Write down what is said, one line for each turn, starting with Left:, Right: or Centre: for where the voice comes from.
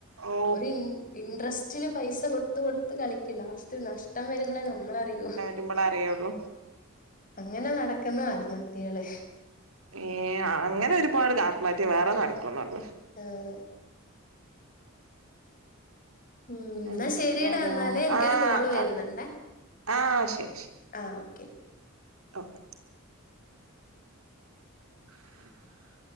Right: ഓ
Left: ഒരു ഇൻ ഇൻട്രസ്റ്റ്- റ്റില് പൈസ കൊടുത്ത് കൊടുത്ത് കളിക്കലാ ലാസ്റ്റ് നഷ്ടം വരുമ്പളേ നമ്മളറിയൂ
Right: നമ്മളേ അറിയോള്ളൂ
Left: അങ്ങനെ നടക്കുന്ന ആത്മഹത്യകള്
Right: ഏയ് അങ്ങനെ ഒരുപാട് ആത്മഹത്യ വേറെ നടക്കുന്നുണ്ട്
Left: ആഹ് ഉം എന്നാ
Right: എന്തൊക്കെയാണോ
Left: ശരിയെടാ എന്നാലേ എനിക്കൊരു
Right: ആഹ്
Left: കോള് വരുന്നുണ്ടേ
Right: ആഹ് ശരി ശരി
Left: ആ ഓക്കെ
Right: ഓക്കെ <inaudible>